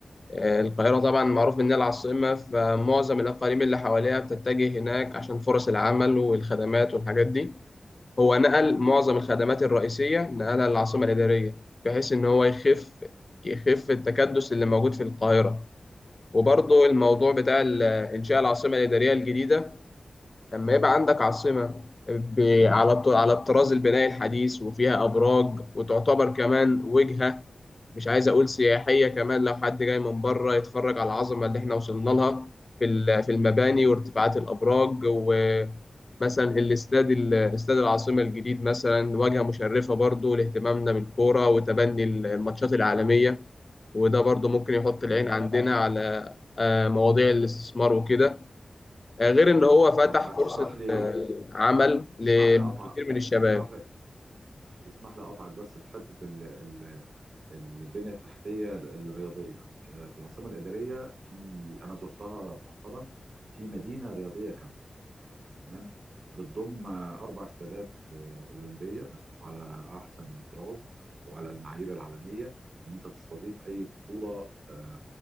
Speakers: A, on the left; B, on the right.
A: آه، القاهرة طبعا معروف إنها العاصمة فمعظم الأقاليم اللي حواليها بتتجه هناك عشان فرص العمل والخدمات والحاجات دي هو نقل معظم الخدمات الرئيسية نقلها للعاصمة الإدارية بحيث إن هو يخف يخف التكدس اللي موجود في القاهرة وبرضه الموضوع بتاع ال- إنشاء العاصمة الإدارية الجديدة لما يبقى عندك عاصمة ب... على الط- على الطراز البنائي الحديث وفيها أبراج وتعتبر كمان وجهة مش عايز أقول سياحية كمان لو حد جاي من بره يتفرج على العظمة اللي إحنا وصلنا لها في ال- في المباني وارتفاعات الأبراج ومثلا الاستاد ال- استاد العاصمة الجديد مثلا واجهة مشرفة برضو لاهتمامنا بالكورة وتبني الماتشات العالمية وده برضو ممكن يحط
B: تمام
A: العين عندنا على آه، مواضيع الاستثمار وكده آه، غير ان هو فتح
B: آه، هتسمح
A: فرصة
B: لي
A: آه، عمل لكثير
B: تسمح لي اقطع
A: من الشباب
B: تسمح لي تسمح لي اقطعك بس في حته ال... ال... البنيه التحتيه الرياضيه آه، في العاصمه الاداريه في انا زرتها مؤخرا في مدينه رياضيه كامله تمام بتضم اربع استادات آه، اولمبيه على احسن طراز وعلى المعايير العالميه ان انت تستضيف اي بطوله آه،